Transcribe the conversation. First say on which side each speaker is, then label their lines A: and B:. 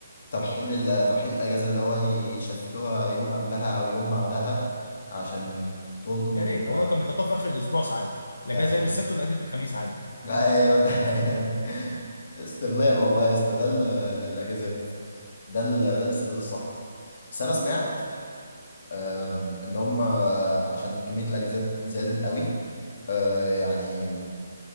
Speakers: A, on the left (about 50°); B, on the left (about 85°).
A: ترحيل ال... ترحيل الاجازة اللي هو يشفتوها يوم قبلها او يوم بعدها عشان تلضم
B: يا ريت
A: في...
B: والله كان بيحطوها في اخر الاسبوع ساعات
A: في
B: الاجازه
A: اخر الاسبوع
B: يوم السبت والاجازه الخميس عادي
A: ايوه <laughs> ايوه استغلال والله استغلال آه، للاجازات ده ال... ده الاستغلال الصح بس انا سمعت آم، ان هم آه، عشان كمية الاجازات زادت قوي آه، يعني